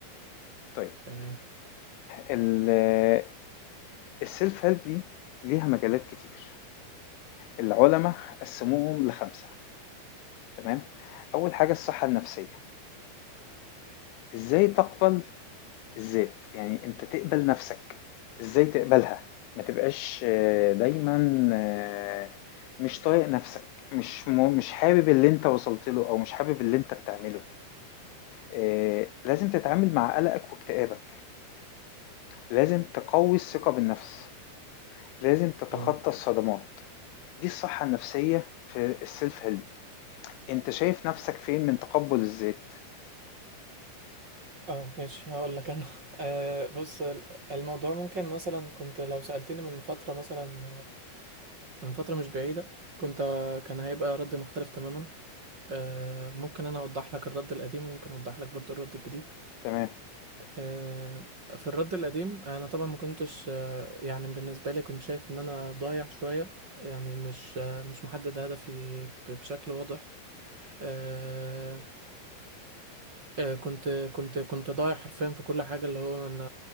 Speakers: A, on the left (about 85°); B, on the right (about 30°).
A: طيب
B: تمام
A: ال- السيلف هيلب دي ليها مجالات كتير العلماء قسموهم لخمسة تمام اول حاجة الصحة النفسية إزاي تقبل الذات؟ يعني أنت تقبل نفسك، إزاي تقبلها؟ ما تبقاش آه، دايمًا آه، مش طايق نفسك، مش م- مش حابب اللي أنت وصلت له أو مش حابب اللي أنت بتعمله. آه، لازم تتعامل مع قلقك واكتئابك، لازم تقوي الثقة بالنفس، لازم تتخطى
B: اه
A: الصدمات. دي الصحة النفسية في السيلف هيلب. أنت شايف نفسك فين من تقبل الذات؟
B: اه ماشي هقول لك انا <laughs> آه بص ال- الموضوع ممكن مثلا كنت لو سألتني من فترة مثلا آه، من فترة مش بعيدة كنت آه، كان هيبقى رد مختلف تماما آه ممكن انا اوضح لك الرد القديم وممكن اوضح لك برضو الرد الجديد
A: تمام،
B: آه في الرد القديم انا طبعا ما كنتش آه يعني بالنسبة لي كنت شايف ان انا ضايع شوية يعني مش آه مش محدد هدفي ب- بشكل واضح آه آه، كنت كنت كنت ضايع حرفيا في كل حاجه اللي هو انا